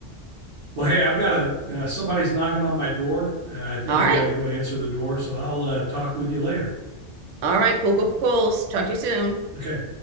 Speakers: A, on the right (about 50°); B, on the right (about 80°).
A: Well, hey, I've got a uh, somebody's knocking on my door. Uh, I think
B: All
A: I've
B: right.
A: got to go answer the door, so I'll uh, talk with you later.
B: All right, cool, cool, cool. Talk to you soon.
A: Okay.